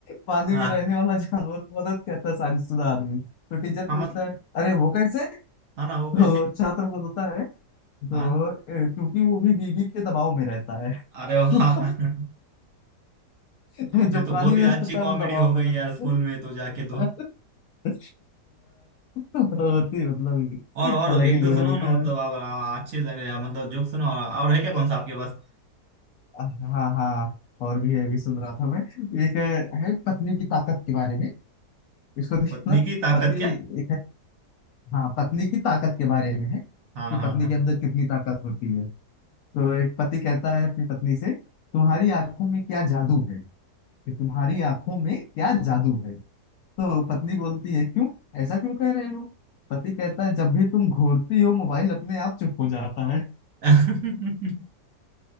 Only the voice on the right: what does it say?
हाँ
हाँ
मतलब
हाँ ना
वो कैसे
हाँ
अरे वाह
<laughs>
ये तो
बहुत
ही
अच्छी कॉमेडी
हो गई
यार स्कूल में तो जाके तो
और और
एक
दो
सुनो ना
मतलब
आप, आप अच्छे लग रहे हैं मतलब जोक सुनो और, और है क्या कौन सा आपके पास
पत्नी की ताकत
क्या
हाँ
हाँ
हाँ <laughs>